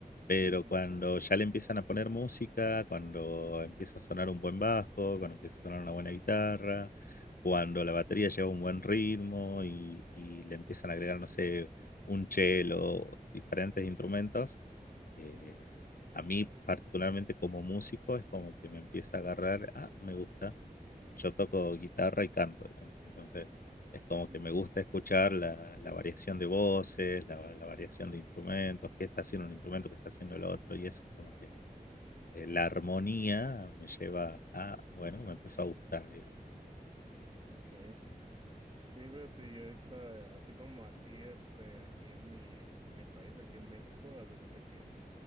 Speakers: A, on the left (about 70°); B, on the right (about 35°).
A: Pero
B: Ujú,
A: cuando ya le empiezan a poner música, cuando empieza a sonar un buen bajo, cuando empieza a sonar una buena guitarra, cuando la batería lleva un buen ritmo y, y le empiezan a agregar, no sé, un cello, diferentes instrumentos,
B: ujú.
A: eh, a mí particularmente como músico es como que me empieza a agarrar, ah, me gusta, yo toco guitarra y canto, digamos. Entonces es como que
B: Ujú,
A: me gusta escuchar la, la variación de voces, la, la variación de instrumentos, qué está haciendo un instrumento, qué está haciendo el otro, y eso es como que eh, la armonía me lleva a, bueno, me empezó a gustar, digamos.
B: Ok. Sí, fíjate, yo ahorita, así como a ti, este, aquí en mi, pues en mi país, aquí en México, haz de cuenta que